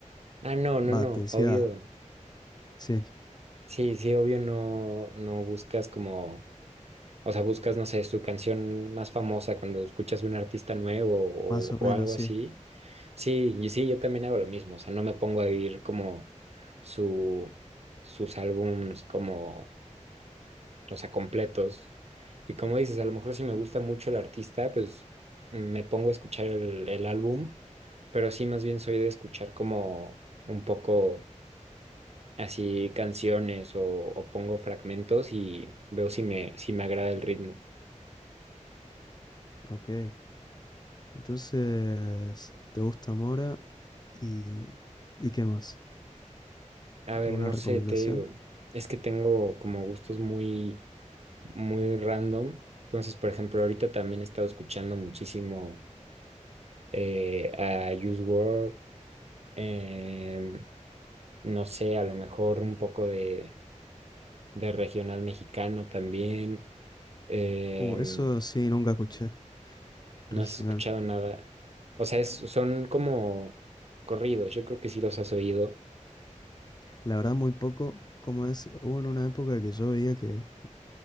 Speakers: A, on the right; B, on the left.
A: ah, no, no,
B: Va,
A: no,
B: te decía,
A: obvio,
B: sí,
A: sí, sí, obvio no, no buscas como O sea, buscas, no sé, su canción más famosa cuando escuchas un artista nuevo o,
B: más o
A: o
B: menos,
A: algo
B: sí.
A: así. Sí, y sí, yo también hago lo mismo. O sea, no me pongo a vivir como su, sus álbums como, o sea, completos. Y como dices, a lo mejor si me gusta mucho el artista, pues me pongo a escuchar el, el álbum, pero sí más bien soy de escuchar como un poco así canciones o, o pongo fragmentos y veo si me, si me agrada el ritmo.
B: Ok. Entonces, ¿te gusta Mora? ¿Y, y qué más?
A: A
B: ¿Alguna
A: ver, no
B: recomendación?
A: sé, te digo, es que tengo como gustos muy, muy random. Entonces, por ejemplo, ahorita también he estado escuchando muchísimo eh, a Juice WRLD, em, no sé, a lo mejor un poco de, de regional mexicano también. em,
B: Uh, eso sí, nunca escuché.
A: no
B: Regional.
A: has escuchado nada. O sea, es- son como corridos, yo creo que sí los has oído.
B: La verdad, muy poco. Como es, hubo en una época que yo veía que